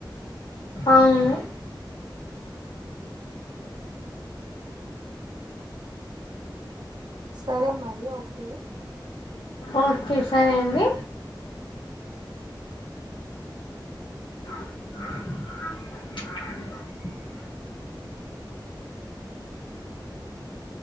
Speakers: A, on the left; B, on the right.
A: అవును
B: ఆ సరే మరి ఓకే
A: ఓకే సరే అండి రిపేర్ సౌండ్